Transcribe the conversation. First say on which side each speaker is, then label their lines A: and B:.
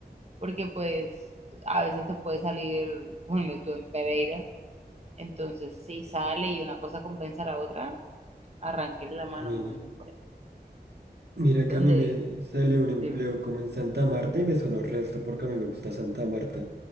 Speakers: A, on the right; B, on the right.
A: porque pues a veces te puede salir, ponle tú en Pereira, entonces si sale y una cosa compensa a la otra, arranquéle la
B: Camine.
A: mano, como dicen por ahí.
B: Mira que
A: Donde,
B: a mí me salió un empleo
A: dime,
B: como en Santa Marta y me sonó resto porque a mí me gusta Santa Marta.